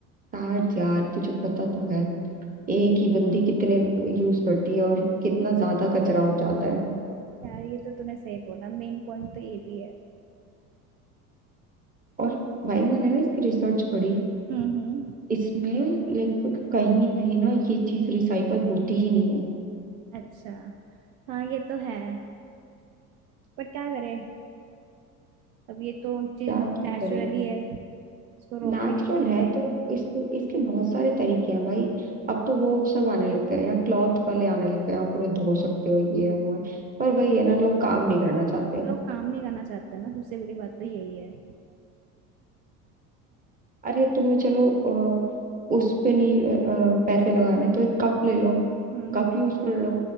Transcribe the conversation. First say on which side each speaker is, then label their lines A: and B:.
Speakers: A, on the right; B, on the right.
A: पैड्स यार तुझे पता तो है एक ही बंदी कितने यूज करती है और कितना ज्यादा कचरा हो जाता है
B: यार ये तो तूने सही बोला मेन पॉइंट तो ये भी है
A: और भाई मैंने ना इसकी रिसर्च पढ़ी
B: हम्म हम्म
A: इसमें लाइक कहीं भी ना ये चीज रिसाइकल होती ही नहीं है
B: अच्छा हाँ ये तो है पर क्या करे अब ये तो चीज
A: क्या क्या
B: नेचुरली
A: करें
B: है इसको रोक
A: नेचुरल
B: भी नहीं सकते
A: है तो इसको इसके बहुत सारे तरीके हैं भाई अब तो वो सब आने लग गए हैं क्लॉथ वाले आने लग गए हैं आप उन्हें धो सकते हो ये है वो है पर वही है ना लोग काम नहीं करना चाहते
B: लोग काम नहीं करना चाहते ना सबसे बड़ी बात तो यही है
A: अरे तुम्हें चलो अ, उस पे नहीं अ, अ, पैसे लगाने तो एक कप ले लो
B: हम्म
A: कप
B: हम्म
A: यूज कर लो